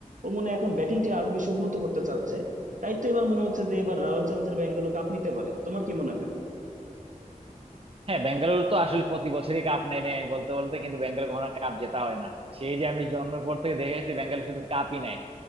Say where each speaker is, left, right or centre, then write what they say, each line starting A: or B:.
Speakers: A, on the right; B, on the right.
A: ও মনে হয় এখন ব্যাটিংটা আরো বেশি উন্নত করতে চাচ্ছে তাই তো এবার মনে হচ্ছে যে এবার রয়্যাল চ্যালেঞ্জার ব্যাঙ্গালোর কাপ নিতে পারে তোমার কি মনে হয়
B: হ্যাঁ বেঙ্গালুরু তো আসলে প্রতি বছরই কাপ নেয় নেয় বলতে বলতে কিন্তু বেঙ্গালুরু কখনো কাপ জেতা হয় না সেই যে আমি জন্মের পর থেকে দেখে আসছি বেঙ্গালুরু শুধু কাপই নেয়